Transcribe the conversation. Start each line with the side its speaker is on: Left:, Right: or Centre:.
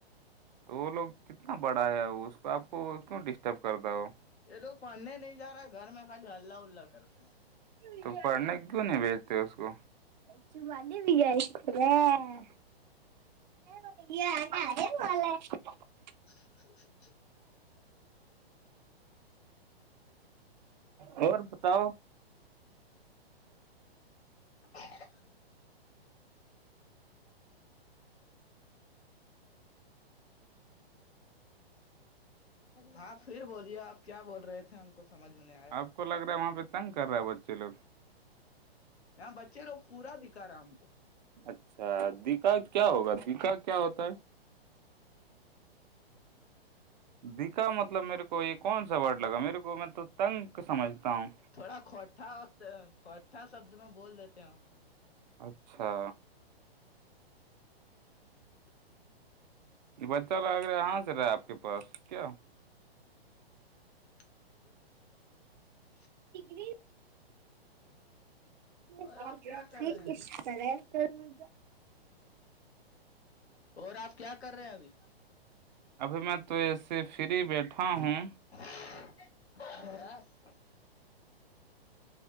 Right: تو وہ لوگ کتنا بڑا ہے اس کو آپ کو کیوں ڈسٹرب کرتا ہو
Left: یہ لوگ پڑھنے نہیں جا رہا ہے گھر میں خاج ہلہ الہ کرتے ہیں
Right: تو پڑھنے کیوں نہیں بیجتے اس کو <unintelligible> <unintelligible>
Left: <unintelligible>
Right: اور بتاؤ
Left: <unintelligible> ہاں پھر بولیے آپ کیا بول رہے تھے ہم کو سمجھ میں نہیں آیا
Right: آپ کو لگ رہا ہے وہاں پہ تنگ کر رہا ہے بچے لگ
Left: بچے لوگ پورا دکھا رہا ہم کو
Right: اچھا دیکا کیا ہوگا دیکا کیا ہوتا ہے دکھا مطلب میرے کو یہ کون سا ورڈ لگا میرے کو میں تو تنگ سمجھتا ہوں
Left: تھوڑا کھوٹھا وقت کھوٹھا شبد میں بول دیتے ہیں
Right: اچھا یہ بچہ لگا گ رہا یہاں سے رہا آپ کے پاس کیا
Left: <unintelligible>
Right: پگری ر
Left: اور آپ کیا کر رہے ہیں ابھی اور آپ کیا کر رہے ہیں ابھی
Right: ابھی میں تو ایسے فری بیٹھا ہوں
Left: ہ